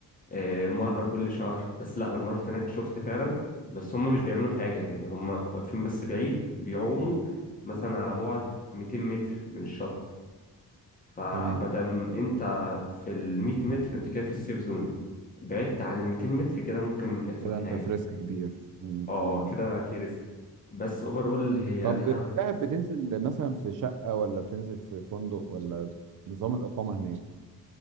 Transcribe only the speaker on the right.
تمام
كده
انت فريسك كبير م-
م.
طب
في دهب بتنزل مثلا في شقة ولا بتنزل في فندق ولا نظام الإقامة هناك